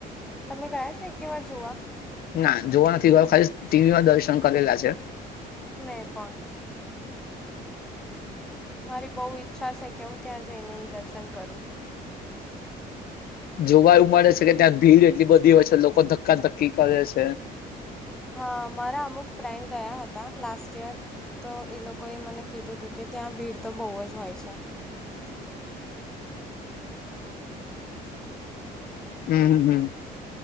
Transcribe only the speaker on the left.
ના જોવા નથી ગયો ખાલી ટીવીમાં દર્શન કરેલા છે.
જોવા એું મળે છે કે ત્યાં ભીડ એટલી બધી હોય છે લોકો ધક્કાધક્કી કરે છે
હમ હમ.